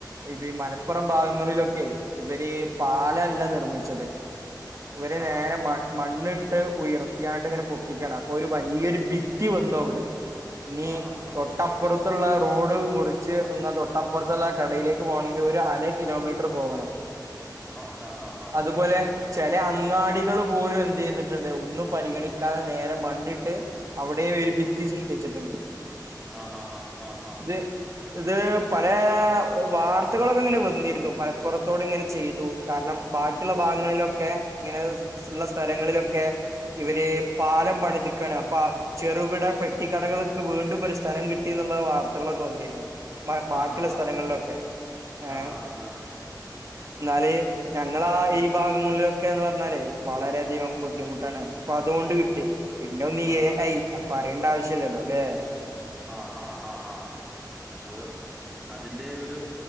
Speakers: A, on the right; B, in the centre.
A: ഇപ്പീ മലപ്പൊറം ഭാഗങ്ങളിലൊക്കെ ഇവര് പാലല്ല നിർമ്മിച്ചത്. ഇവര്
B: ആ
A: നേരെ
B: ഹാ
A: മ മണ്ണ് ട്ട് ഉയർത്തിയാണ്ട് ങ്ങനെ പൊക്കിക്കാണ്. അപ്പൊ ഒരു വലിയൊരു ഭിത്തി വന്നു അവുടെ. ഇനി
B: ആ ഹാ ഹാ
A: തൊ ട്ടപ്പുറത്ത്ള്ളെ റോഡ് മുറിച്ച് എന്ന തൊട്ടപ്പൊർത്ത്ള്ളെ കടയിലേക്ക് പോവണെങ്കിൽ ഒരു അര കിലോമീറ്റർ പോവണം.
B: ആ ഹാ ഹാ ഹാ
A: അത്പോലെ, ചെലെ അങ്ങാടികള് പോലും എന്തെയ്തിട്ട്ണ്ട്, ഒന്നും പരിഗണിക്കാതെ നേരെ മണ്ണിട്ട് അവിടെയും ഒരു ഭിത്തി സൃഷ്ടിച്ചിട്ട്ണ്ട്.
B: ആഹാ ഹാ ആഹാ.
A: <unintelligible> ഇത് പലേ വാർത്തകളൊക്കെങ്ങനെ വന്നീര്ന്നു, മലപ്പുറത്തോട്ങ്ങനെ ചെയ്തു. കാരണം, ബാക്കിള്ള ഭാഗങ്ങളിലൊക്കെ ഇങ്ങനെ സ് സ് ള്ള സ്ഥലങ്ങളിലൊക്കെ ഇവര് പാലം പണിത്ക്കാണ്. അപ്പ ചെറുകിട പെട്ടികടകള്ക്ക് വീണ്ടും <unintelligible> സ്ഥലം കിട്ടിന്ന്ള്ള വാർത്തകളൊക്കെ വന്നീര്ന്നു. മാ ബാക്കിള്ള
B: ആ ഹാ ആ ഹാ
A: സ്ഥലങ്ങൾലൊക്കെ, ഏ
B: ഹാ ആ ഹാ ഹാ
A: ന്നാല് ഞങ്ങ ങ്ങളാ ഈ ഭാഗങ്ങളിലൊക്കെന്ന് പർഞ്ഞാല് വളരെധികം ബുദ്ധിമുട്ടാണ്. അപ്പൊ അതുകൊണ്ട് കിട്ടി. പിന്നൊന്നീ
B: ആ ഹാ ആ
A: എ
B: ഹാ
A: ഐ അഅ് പറയണ്ടാവശ്യല്ല്യല്ലോ, ല്ലേ.
B: ആഹ് ഹാഹ ഹാഹാ അത് അതിന്റെ ഒരു